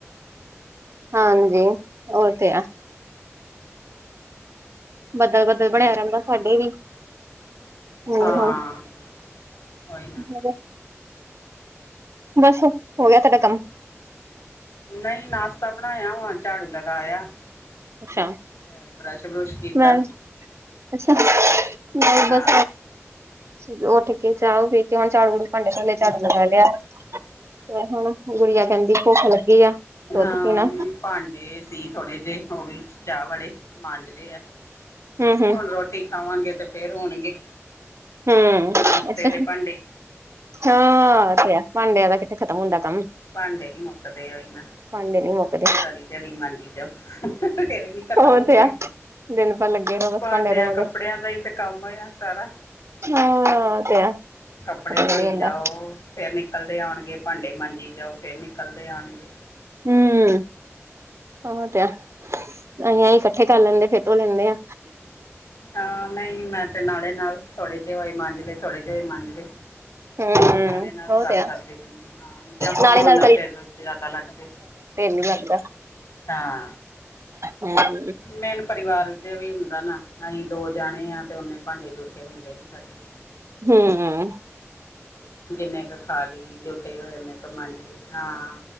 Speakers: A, on the right; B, on the left.
A: ਹਾਂਜੀ ਉਹ ਤੇ ਆ ਬੱਦਲ ਬੱਦਲ ਬਣਿਆ ਰਹਿੰਦਾ ਸਾਡੇ ਵੀ ਹਮ
B: ਹਾਂ ਕੋਈ ਨਾ
A: ਹੁਣ ਬਸ ਹੋ ਗਿਆ ਤੁਹਾਡਾ ਕੰਮ
B: ਨਹੀਂ ਨਾਸ਼ਤਾ ਬਣਾਇਆ ਵਾ ਝਾੜੂ ਲਗਾਇਆ
A: ਅੱਛਾ
B: ਤੇ ਬਰੱਸ਼ ਬਰੁਸ਼ ਕੀਤਾ
A: ਬ ਅੱਛਾ ਨਹੀਂ
B: ਹਾਂ
A: ਬਸ ਚ ਉਹਠੇ ਚਓ ਪੀ ਕੇ ਹੁਣ ਚਝਾੜੂ ਵੂੜੂ ਭਾਂਡੇ ਭਾਂਡੇ ਚਾੜੂੜ ਲੈ ਲਿਆ ਤੇ ਹੁਣ ਗੁੜੀਆਂ ਕਹਿੰਦੀ ਭੁੱਖ ਲੱਗੀ ਆ ਦੁੱਧ
B: ਹਾਂ
A: ਪੀਣਾ
B: ਭਾਂਡੇ ਸੀ ਥੋੜੇ ਜਿਹੇ ਉਹ ਵੀ ਚਾਹ ਵਾਲੇ ਮਾਂਜ ਲ ਆ
A: ਹਮ ਹਮ
B: ਹੁਣ ਰੋਟੀ ਖਾਵਾਂਗੇ ਤੇ ਫਿਰ ਹੋਣਗੇ
A: ਹਮ
B: ਨਾਸ਼ਤੇ
A: ਅੱਛਾ
B: ਦੇ ਭਾਂਡੇ
A: ਹਾਂ ਤੇ ਆ ਭਾਂਡਿਆਂ ਦਾ ਕਿੱਥੇ ਖਤਮ ਹੁੰਦਾ ਕੰਮ
B: ਭਾਂਡੇ ਨੀ ਮੁੱਕਦੇ ਉਹੀ ਨਾ
A: ਭਾਂਡੇ ਨੀ ਮੁੱਕਦੇ
B: ਸਾਰੀ ਤੇੜੀ ਮਾਂਜੀ ਜਾਓ ਫੇਰੇ ਨੀ ਖਤਮ
A: ਉਹ
B: ਹੁੰਦੇ
A: ਤੇ ਆ ਦਿਨ ਭਰ ਲੱਗੇ ਰਹੋ ਬਸ
B: ਭਾਂਡਿਆਂ
A: ਦੇ ਮਗਰ
B: ਕੱਪੜਿਆਂ ਦਾ ਹੀ ਤੇ ਕੰਮ ਆ ਆ ਸਾਰਾ
A: ਹਾਂ ਤੇ
B: ਕੱਪੜੇ
A: ਖਤਮ
B: ਧੋਈ
A: ਨੀ ਹੁੰਦਾ
B: ਜਾਓ ਤੇ ਨ ਨਿਕਲਦੇ ਆਉਣਗੇ ਭਾਂਡੇ ਮੰਾਂਜੀ ਜਾਓ ਫਿਰ ਨਿਕਲਦੇ ਆਣਗੇ
A: ਹਮ ਆ ਤੇ ਆ ਅਸੀਂ ਇਕੱਠੇ ਕਰ ਲੈਂਦੇ ਫਿਰ ਤੋਂ ਲੈਂਦੇ ਆ
B: ਹਾਂ ਨਹੀਂ ਮੈਂ ਤੇ ਨਾਲੇ ਨਾਲ ਥੋੜੇ ਜਿਹੇ ਹੋ ਹੀ ਮੰਜ ਲਏ ਥੋੜੇ ਜਿ ਮੰਜ ਲਏ
A: ਹੂੰ
B: ਨਾਲੇ ਨਾਲ
A: ਉਹ
B: ਸਾਫ਼
A: ਤੇ ਆ
B: ਕਰਦੇ ਹੁੰਦੇ ਹਾਂ ਜਮਾ
A: ਨਾਲੇ
B: ਹੋਣ
A: ਨਾਲ
B: ਨਾ ਫਿਰ ਜਿਆਦਾ ਲੱਗਦੇ
A: ਨਹੀਂ ਲੱਗਦਾ
B: ਹਾਂ
A: ਹਮ
B: ਮੈਨ ਪਰਿਵਾਰ ਦੇ ਵੀ ਹੁੰਦਾ ਨਾ ਅਸੀਂ ਦੋ ਜਾਣੇ ਆ ਤੇ ਓਨੇ ਭਾਂਡੇ ਜੂਠੇ ਹੁੰਦੇ ਨੇ ਸਾਡੇ
A: ਹਮ
B: ਜਿੰਨੇ ਕੁ ਖਾਲੀ ਜੂਠੇ ਹੋਏ ਨੇ ਕੁ ਮੰਜਲੇ ਹਾਂ